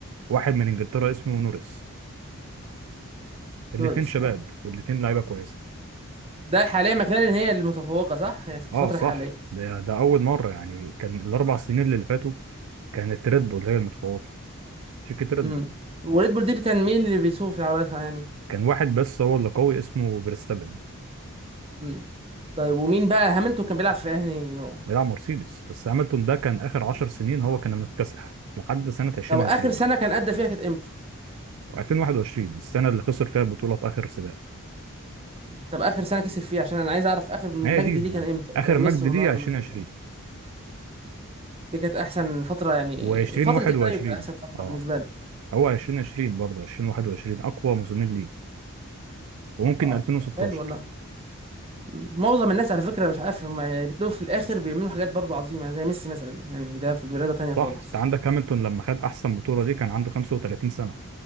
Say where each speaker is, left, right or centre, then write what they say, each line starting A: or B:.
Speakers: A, on the right (about 70°); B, on the right (about 25°).
A: واحد من انجلترا اسمه نوريس الاتنين
B: لوريس
A: شباب
B: اه
A: والاتنين لعيبه كويسه
B: ده حاليا مكلارين هي المتفوقه صح هي في الفتره
A: اه صح
B: الحاليه
A: ده ده اول مره يعني كان الاربع سنين اللي فاتوا كانت ريد بول هي المتفوقه شركة ريد
B: امم
A: بول
B: وريد بول دي كان مين اللي بيسوق في العربيه يعني
A: كان واحد بس هو اللي قوي اسمه فيرستابن
B: امم طيب ومين بقى هاملتون كان بيلعب في انهي نوع
A: بيلعب مرسيدز بس هاملتون ده كان آخر عشر سنين هو كان المكتسح لحد سنة 2020
B: طب اخر سنه كان ادى فيها كانت امتى
A: و2021 السنة اللي خسر فيها البطولة في آخر سباق
B: طب اخر سنه كسب فيها عشان انا عايز اعرف اخر مجدي
A: ما هي دي
B: ليه
A: يعني
B: كان امتى
A: آخر
B: زي
A: مجد
B: ميسي ورونالدو
A: دي 2020
B: مثلا كده دي كانت احسن فتره يعني
A: و2021
B: فتره ايه طيب احسن فتره
A: اه
B: بالنسبه له
A: هو 2020 برضه 2021 أقوى موسمين ليه وممكن
B: اه
A: 2016
B: حلو والله معظم الناس على فكرة مش عارف هم يعني بتلاقوا في الآخر بيعملوا حاجات برضو عظيمة يعني زي ميسي مثلا يعني ده في رياضة تانية خالص
A: صح انت عندك هاملتون لما خد احسن بطوله دي كان عنده 35 سنه